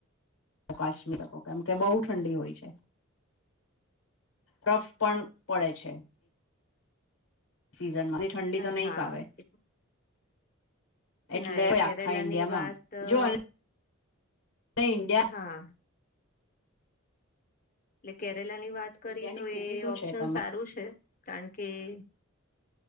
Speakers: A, on the left; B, on the left.
A: તો ક <unintelligible> કેમ કે બહુ ઠંડી હોય છે. ટફ પણ પડે છે. સીઝનમાં ઠંડી તો નહીં
B: હા
A: ફાવે. એટલે
B: ના એ કેરેલાની
A: આખા ઈન્ડિયામાં
B: વાત અ
A: જો- નઇન...
B: હા. -એટલે કેરેલા ની વાત કરી,
A: ઈન્ડિયાની
B: તો
A: ખૂબી
B: એ
A: શું
B: ઓપ્શન
A: છે તમે
B: સારું છે કારણ કે-